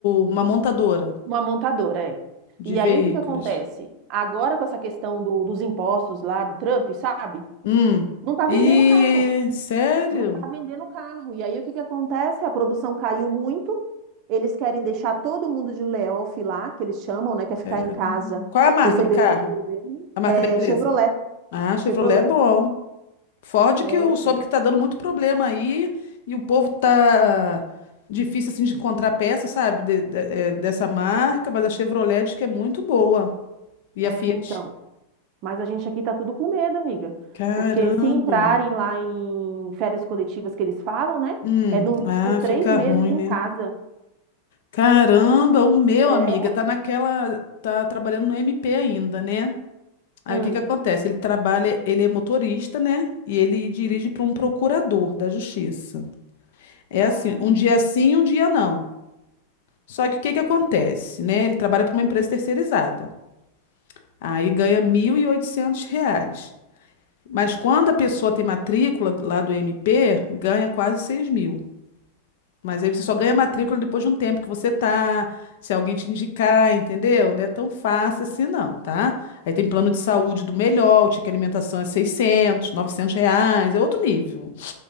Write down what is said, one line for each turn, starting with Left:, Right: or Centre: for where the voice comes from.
Left: uma montadora
Right: Uma montadora, é.
Left: de
Right: E
Left: veículos.
Right: aí o que que acontece? Agora com essa questão do- dos impostos lá do Trump, sabe?
Left: Hum.
Right: Não tá vendendo
Left: E
Right: carro.
Left: sério?
Right: Não tá vendendo carro. E aí o que que acontece? A produção caiu muito. Eles querem deixar todo mundo de layoff lá, que eles chamam, né? Quer ficar
Left: Cara.
Right: em casa
Left: Qual é a marca
Right: recebendo
Left: do carro?
Right: pelo governo.
Left: A marca
Right: É
Left: da empresa?
Right: Chevrolet.
Left: Ah, Chevrolet
Right: Chevrolet.
Left: é bom. Ford
Right: É,
Left: que eu
Right: então.
Left: soube que tá dando muito problema aí e o povo tá difícil assim de encontrar peça, sabe, de- de- é, dessa marca, mas a Chevrolet diz que é muito boa. E
Right: É,
Left: a Fiat?
Right: então. Mas a gente aqui tá tudo com medo, amiga.
Left: Caramba.
Right: Porque se entrarem lá em férias coletivas que eles falam, né?
Left: Hum,
Right: É no mínimo
Left: ah,
Right: três
Left: fica
Right: meses
Left: ruim,
Right: em
Left: né?
Right: casa.
Left: Caramba, o meu,
Right: É?
Left: amiga, tá naquela, tá trabalhando no MP ainda, né? Aí
Right: Hum.
Left: o que que acontece? Ele trabalha, ele é motorista, né? E ele dirige para um procurador da justiça. É
Right: Ah,
Left: assim, um dia sim, um dia não. Só que o que que acontece, né? Ele trabalha para uma empresa terceirizada. Aí ganha 1.800 reais. Mas quando a pessoa tem matrícula lá do MP, ganha quase 6 mil. Mas aí você só ganha
Right: hum,
Left: matrícula depois de um tempo que você tá, se alguém te indicar, entendeu? Não é tão fácil assim não, tá? Aí tem plano
Right: entendi.
Left: de saúde do melhor, o ticket alimentação é 600 900 reais, é outro nível.